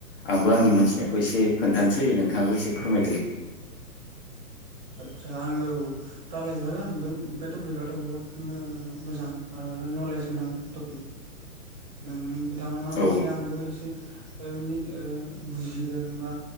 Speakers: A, on the left (about 40°); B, on the right (about 25°).
A: आंबो आंनि मोनथिनायखौ एसे खोन्थानोसै नोंथाङाबो एसे फोरमायदो
B: आतसा आं औ रालायजागोन टपिकआाथ' बहुत मोजां आरो नलेज गोनां टपिक नों थाङा मा मिथियो
A: औ
B: आंबो एसे <unintelligible> गोन बा